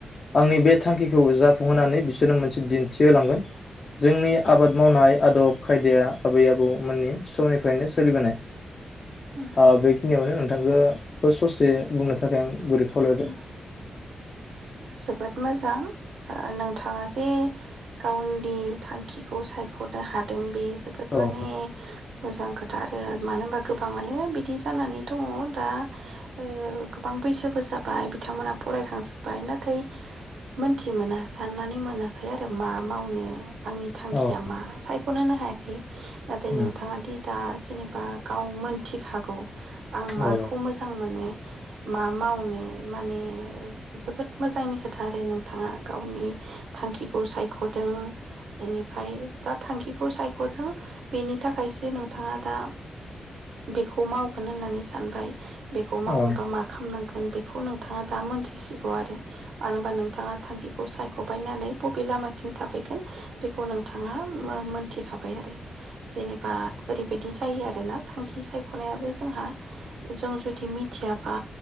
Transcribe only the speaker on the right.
उम
उम जोबोद मोजां ओ नोंथाङा जे गावनि थांखिखौ सायखनो हादों बे जोबोद
माने मोजां खो थ आरो मानो होनबा गोबाङानो बिदि जानानै दङ दा ओ गोबां बैसोबो जाबाय बिथांमोनहा फरायखांजोब बाय नाथाय मोनथि मोना साननानै मोनाखै आरो मा मावनो आंनि थांखिया
मा सायख खनो नो हायाखै नाथाय नोंथाङा
दि दा जेनेबा गाव मोनथिखागौ आं माखौ
मोजां मोनो मा मावनो माने जोबोद मोजांनि खोथा आरो नोंथाङा गावनि थांखिखौ सायखदों एनिफ्राय दा थांखिखौ सायखथों बेनि थाखायसो नोंथाङा दा बेखौ मावगोन होननानै सानबाय। बेखौ मावनोबा
मा खालामनां गोन बिखौ नोंथाङा दा मोनथिसि खौ आरो मानो होनबा नोंथाङा थांखि खौ सायखबाय नालाय बबे लामाथिं थाबायगोन बेखौ नोंथाङा मो मोनथिखाबाय आरो जेनेबा ओरैबायदि जायो आरोना थांखि सायखनायाबो जोंहा जों जुदि मिथियाबा